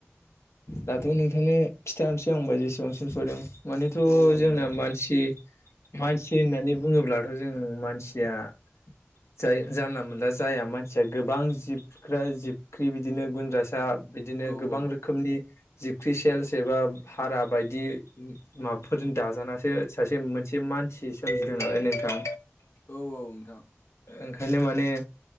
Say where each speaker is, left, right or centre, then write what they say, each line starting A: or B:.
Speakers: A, on the left (about 80°); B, on the left (about 60°).
A: दाथ' नोंथांनो खिथानो हरनोसै होनबा जेसेबांसिम सहैदों। मानेथ'
B: औ
A: जोंना
B: नोंथां
A: मानसि मानसि होननानै बुंङोब्लाथ' जों मानसिया जाय जानला मानला जाया मानसिया गोबां जिब ओ जिबख्रि बिदिनो गुन्द्रासा बिदिनो
B: औ
A: गोबां
B: औ
A: रोखोमनि जिबख्रि सेलस एबा हारा बायदि माबाफोरजों दाजानासो सासे मोनसे मानसि सोमजिदों नालाय नोंथां
B: औ औ नोंथां
A: ओंखायनो माने